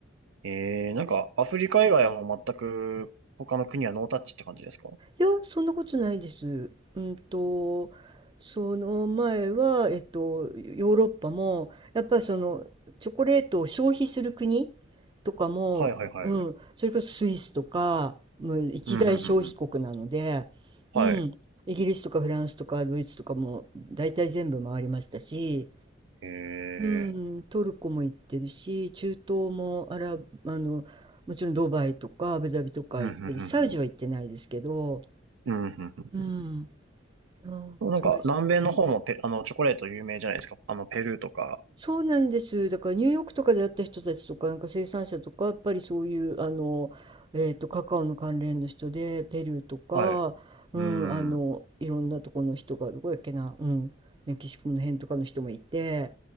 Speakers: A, on the right; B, on the right.
A: えー、なんか、アフリカ以外はもう全く他の国はノータッチって感じですか
B: いや、そんなことないです。うんと、その前は、えっと、ヨーロッパも、やっぱりその、チョコレートを消費する国とかも、
A: はいはいはい。
B: うん、それこそスイスとか、もう一大消費国なので、
A: うん、うん、うん、うん。
B: うん、
A: はい。
B: イギリスとかフランスとかドイツとかも大体全部回りましたし、
A: え
B: うん、トルコも行ってるし、中東もアラ、あの、もちろんドバイとかアブダビとか行ってるし、
A: ー、うん、うん、うん、
B: サウジは行ってないですけど、
A: うん。うん、うん、
B: うん、うん、
A: うん。なんか、
B: そうですね。
A: 南米の方もペ、あの、チョコレート有名じゃないですか。あの、ペルーとか。
B: そうなんです。だからニューヨークとかで会った人たちとか、なんか生産者とか、やっぱりそういう、あの、えっと、カカオの関連の人で、ペルーとか、
A: はい。
B: うん、
A: う
B: あの、
A: ん。
B: いろんなとこの人が、どこだっけな、うん、メキシコの辺とかの人もいて、